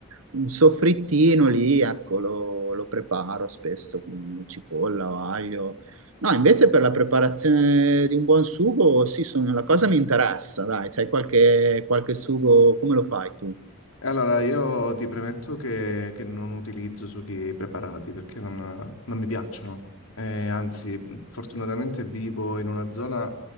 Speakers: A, on the right; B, on the left.
A: un soffrittino lì, ecco, lo, lo preparo spesso con cipolla, o aglio. No, invece per la preparazione di un buon sugo, sì, sono- la cosa mi interessa, dai, c'hai qualche, qualche sugo, come lo fai tu?
B: Allora, io ti premetto che, che non utilizzo sughi preparati perché non, non mi piacciono. Eh, anzi, fortunatamente vivo in una zona